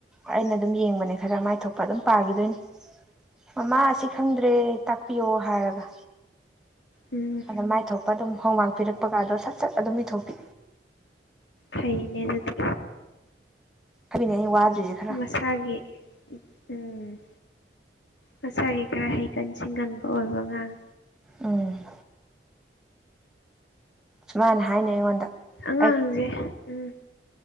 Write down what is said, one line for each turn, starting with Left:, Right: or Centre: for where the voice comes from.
Centre: ꯑꯩꯅ ꯑꯗꯨꯝ ꯌꯦꯡꯕꯅꯦ ꯈꯔ ꯃꯥꯏꯊꯣꯛꯄ ꯑꯗꯨꯝ ꯄꯥꯈꯤꯗꯣꯏꯅꯤ ꯃꯃꯥ ꯑꯁꯤ ꯈꯪꯗ꯭ꯔꯦ ꯇꯥꯛꯄꯤꯌꯣ ꯍꯥꯏꯔꯒ
Left: ꯎꯝ
Centre: ꯑꯗ ꯃꯥꯏꯊꯣꯛꯄ ꯑꯗꯨꯝ ꯍꯣꯝꯃꯥꯛ ꯄꯤꯔꯛꯄꯒꯗꯣ ꯁꯠ ꯁꯠ ꯑꯗꯨꯝ ꯏꯊꯣꯛꯄꯤ
Left: ꯍꯩꯅꯦ ꯑꯗꯨꯗꯤ
Centre: ꯀꯕꯤꯅꯦ ꯑꯩ ꯋꯥꯗ꯭ꯔꯤꯁꯦ ꯈꯔ
Left: ꯃꯁꯥꯒꯤ ꯎꯝ ꯃꯁꯥꯒꯤ ꯈꯔ ꯍꯩꯒꯟ ꯁꯤꯡꯒꯟꯕ ꯑꯣꯏꯕ ꯑꯉꯥꯡ
Centre: ꯎꯝ ꯁꯨꯃꯥꯏꯅ ꯍꯥꯏꯅꯩ ꯑꯩꯉꯣꯟꯗ
Left: ꯑꯉꯥꯡꯁꯦ
Centre: ꯑꯩ
Left: ꯎꯝ